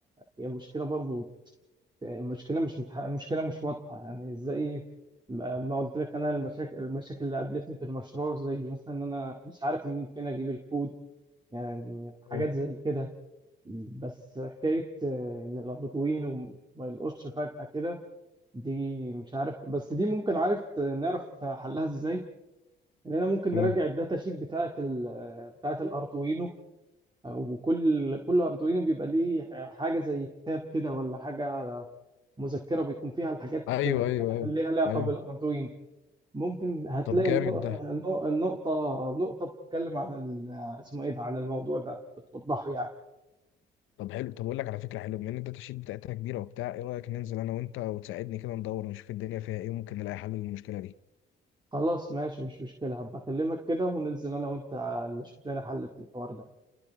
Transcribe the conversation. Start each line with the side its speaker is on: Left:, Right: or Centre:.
Right: هي المشكله برضه المشكله مش متح... المشكله مش واضحه يعني ازاي ما ما قلت لك انا المشاكل المشاكل اللي قابلتني في المشروع زي مثلا ان انا مش عارف من فين اجيب الكود يعني حاجات
Left: آه،
Right: زي كده بس حكايه آه، ان الاردوين وما يلقطش فجاه كده دي مش عارف بس دي ممكن عارف نعرف حلها ازاي ان انا ممكن نراجع
Left: آه.
Right: الداتا شيت بتاعه ال... بتاعه الاردوينو وكل كل اردوينو بيبقى ليه حاجه زي كتاب كده ولا حاجه مذكرة بيكون فيها الحاجات
Left: ايوه ايوه ايوه
Right: اللي ليها علاقة
Left: ايوه
Right: بالأردوين ممكن هتلاقي
Left: طب جامد
Right: النق-
Left: ده
Right: النق- النقطة نقطة بتتكلم عن ال- اسمه إيه ده عن الموضوع ده بتوضحه يعني
Left: طب حلو طب اقول لك على فكره حلوه بما ان الداتا شيت بتاعتنا كبيره وبتاع ايه رايك ننزل انا وانت وتساعدني كده ندور ونشوف الدنيا فيها ايه وممكن نلاقي حل للمشكله دي
Right: خلاص ماشي مش مشكلة هبقى أكلمك كده وننزل أنا وأنت نشوف لنا حل في الحوار ده